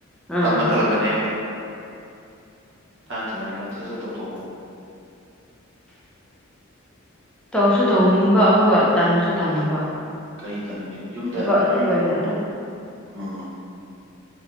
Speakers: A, in the centre; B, on the right (about 60°).
A: ꯑꯥ
B: ꯇꯝꯕ ꯇꯜꯂꯛꯀꯅꯦꯕ ꯃꯇꯥꯡ ꯆꯥꯔꯤ ꯀꯥꯟ ꯁꯠ ꯁꯠ ꯇꯧꯊꯣꯛꯍꯧꯕ <inaudible>
A: ꯇꯧꯁꯨ ꯇꯧꯅꯤꯡꯕ ꯑꯃꯨꯛꯒ ꯇꯟꯁꯨ ꯇꯟꯕ
B: ꯀꯔꯤ ꯇꯟꯕ ꯌꯨꯝꯗ
A: ꯊꯕꯛ ꯑꯇꯩ
B: ꯌꯨꯝ
A: ꯑꯣꯏꯅ ꯑꯗꯨꯝ
B: ꯎꯝ